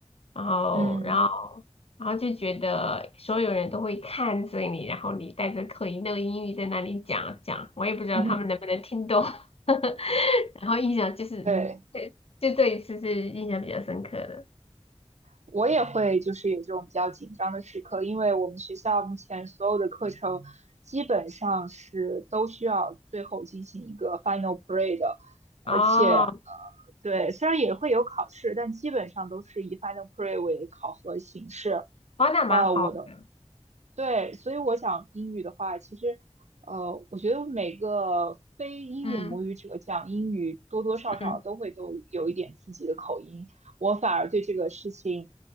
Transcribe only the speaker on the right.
嗯，
<laughs>
对，
我也会就是有这种比较紧张的时刻，因为我们学校目前所有的课程基本上是都需要最后进行一个 final p r a y 的，而且呃，
对，虽然也会有考试，但基本上都是以 final p r a y 为考核形式。
呃，我的对，所以我想英语的话，其实，呃，我觉得每个非英语母语者讲英语，
多多少少都会都有一点自己的口音。
我反而对这个事情